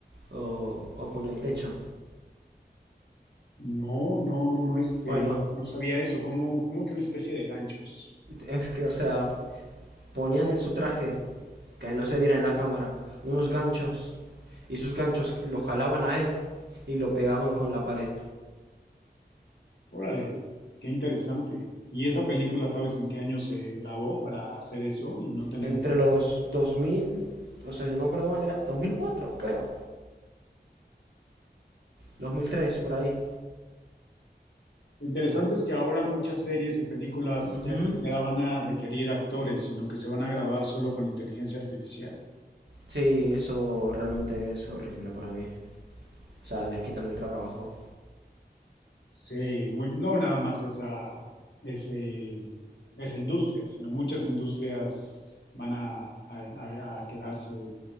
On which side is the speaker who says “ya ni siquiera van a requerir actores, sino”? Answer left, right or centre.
Left